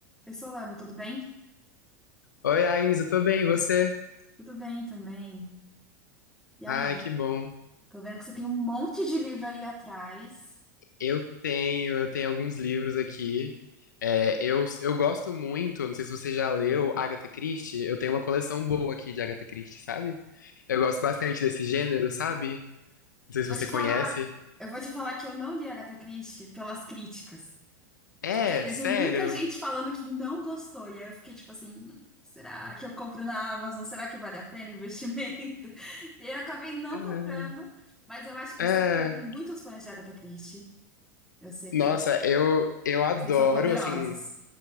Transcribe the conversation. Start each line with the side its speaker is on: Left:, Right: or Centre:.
Centre: Oi, Solano, tudo bem?
Left: Oi, Agnes, eu tô bem, e você?
Centre: Tudo bem também. E
Left: Ai,
Centre: aí?
Left: que bom.
Centre: Tô vendo que você tem um monte de livro aí atrás.
Left: Eu tenho, eu tenho alguns livros aqui. É, eu, eu gosto muito, não sei se você já leu Agatha Christie, eu tenho uma coleção boa aqui de Agatha Christie, sabe? Eu gosto bastante desse gênero, sabe? Não sei se
Centre: Vou
Left: você
Centre: te
Left: conhece.
Centre: falar, eu vou te falar que eu não li Agatha Christie pelas críticas,
Left: É,
Centre: porque teve
Left: sério.
Centre: muita gente falando que não gostou, e aí eu fiquei tipo assim, "Hum, será que eu compro na Amazon? Será que vale a pena o investimento? <laughs> E aí eu acabei não
Left: É.
Centre: comprando, mas eu acho, eu
Left: é.
Centre: sei que também tem muitos fãs de Agatha Christie. Eu sei
Left: Nossa,
Centre: que
Left: eu, eu adoro,
Centre: vocês são poderosos.
Left: assim.